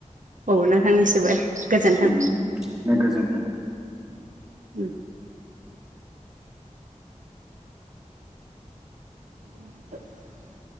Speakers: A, on the right; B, on the right.
A: औ नों थांनिसिबो गोजोन्थों
B: उम दे गोजोन्थों
A: ओम <inaudible>